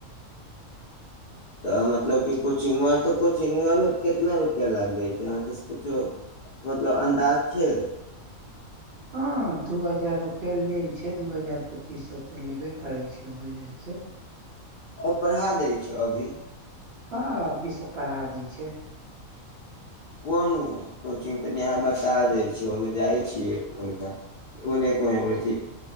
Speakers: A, on the left (about 65°); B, on the right (about 50°).
A: तऽ मतलब कि कोचिंगुआ तऽ कोचिंगुआमे कितना रुपैआ लाग जाइ छै अहाँके सकुछो मतलब अन्दाज छै
B: हा दू हजार रुपआ लै छै दू हजार पच्चीस सए तऽ लेबे करई छै होइ जाइ छै
A: ओ पढ़ा दै छै अभी
B: हँ अभी स पढ़ा दय छै
A: कोन कोचिंग तनि हाम् बसादइ छी ओहिमे जाइ छी एक महीना ओ म में छी